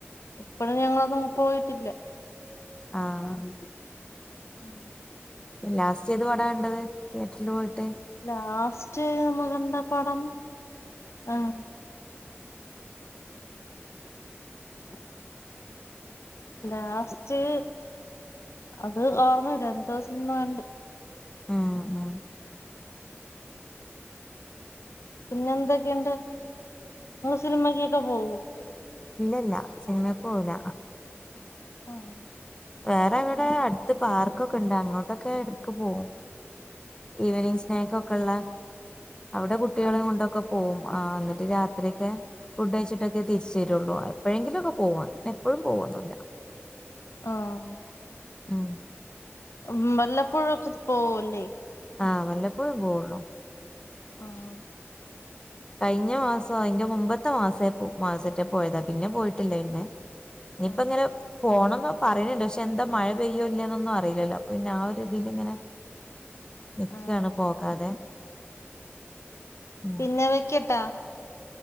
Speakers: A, on the left; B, on the left.
A: ഇപ്പഴ് ഞങ്ങളതും ഒത്ത്പോയിട്ടില്ല.
B: ആഹ.
A: <inaudible>
B: ലാസ്റ്റ് ഏത് പട കണ്ടത് തിയേറ്റ്റ്ല്ല് പോയിട്ട്?
A: ലാസ്റ്റ് നമ്മക്കണ്ടാപടം ഹാ, <inaudible> ലാസ്റ്റ് അത് ഓർമ്മല്ല എന്തോ സിനിമ കണ്ട്.
B: ആഹാ, ആഹാ,
A: പിന്നെ എന്തൊക്കെയുണ്ട്, <unintelligible> സിനിമയ്ക്ക്? പ്പ പോവു.
B: ഇല്ല, ഇല്ല സിനിമക്ക് പോവൂല.
A: ആഹാ, ഹാ..
B: വേറെ എവടെ അട്ത്ത്- പാർക്കൊക്കെണ്ട്, അങ്ങോട്ടൊക്കെ എടക്ക് പോവും. ഈവനിങ് സ്നാക്കൊക്കെള്ള, അവടെ കുട്ട്യാളേം
A: ആ
B: കൊണ്ടൊക്കെ- പോവും, ആഹാ ന്നിട്ട് രാത്രിക്കെ ഫുഡഴിച്ചിട്ടൊക്കെ തിരിച്ച- ശര്യോള്ളൂ, എപ്പഴെങ്കിലൊക്കെ പോവ, എപ്പോഴും പോവൊന്നുല്ല.
A: ആഹാ...
B: മ്മ്.
A: മ്മ് വല്ലപ്പോഴൊക്കെ പോവോലെ?
B: ആഹ് വല്ലപ്പോഴേ പോവൊള്ളൂ.
A: ആഹ്.
B: കയ്ഞ്ഞ മാസോ, അയ്ന്റെ മുമ്പത്ത മാസയപ്പോ മാസറ്റെ പോയതാ, പിന്നെ പോയിട്ടില്ല, ഇന്റെ- ഇനിപ്പങ്ങനെ-
A: ആ
B: പോണംന്ന പറയണണ്ട്, പക്ഷെ എന്താ മഴ പെയ്യോ, ഇല്ലേ ന്നൊന്നും- അറിയിലല്ലോ, അപ്പ പിന്ന ആഹാ ഒരുരിതിലിങ്ങനെ. നിക്കാണ്
A: ആ
B: പോകാതെ. ഉം
A: പിന്നെ വെക്കട്ടാ?